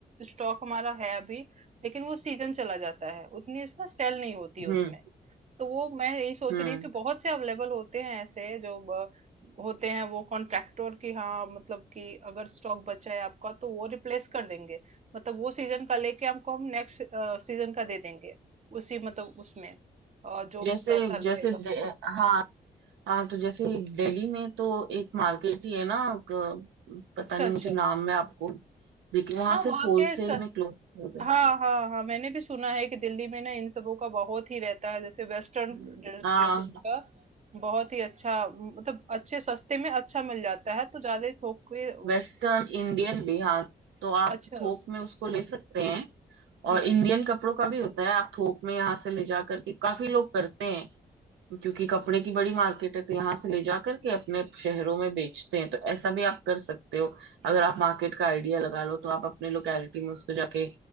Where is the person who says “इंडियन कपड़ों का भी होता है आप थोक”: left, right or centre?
Right